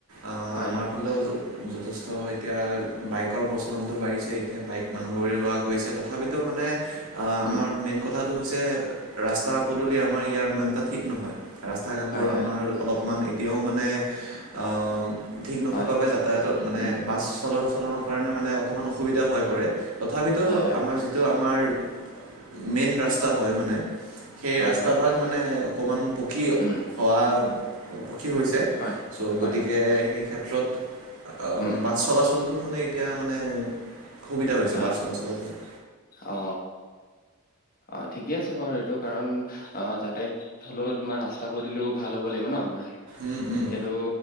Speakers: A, on the right (about 80°); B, on the left (about 40°).
A: অ
B: হয়
A: আমাৰ ফালেও যথেষ্ট এতিয়া বাইকৰ প্ৰচলনটো বাঢ়িছে এতিয়া বাইক মানুহৰে লোৱা কৰিছে তথাপিতো মানে আ
B: উম
A: আমাৰ মেইন কথা টো হৈছে ৰাস্তা পদূলি আমাৰ ইয়াৰ ইমান এটা ঠিক নহয় ৰাস্তা ঘাটবোৰ
B: হয়
A: আমাৰ
B: হয়
A: সিমান এতিয়াও মানে আহ ঠিক নোহো
B: হয়
A: বাবে যাতায়াত মানে
B: উম
A: বাছ সদা চলনৰ কাৰণে মানে অকমান অসুবিধা হৈ পৰে তথাপিতো
B: হয় হয়
A: আমাৰ যিটো আমাৰ মেইন ৰাস্তা হয় মানে সেই
B: হয়
A: ৰাস্তা
B: হয়
A: ভাগ মানে অকমান পকী
B: উম
A: হোৱা সুখী হৈছে
B: হয়
A: চ'
B: হয়
A: গতিকে
B: হয়
A: সেই ক্ষেত্ৰত আ
B: উম
A: ম বাছ চলাচল টো মানে এতিয়া মানে সুবিধা হৈছে
B: হয়
A: বাছ চলাচলৰ কাৰণে।
B: অ অ ঠিকে আছে বাৰু এইটো কাৰণ অ যাতায়ত হলেও তোমাৰ ৰাস্তা পদুলিও ভাল হ'ব লাগিব ন আপোনাৰ
A: উম উম
B: এতিয়াতো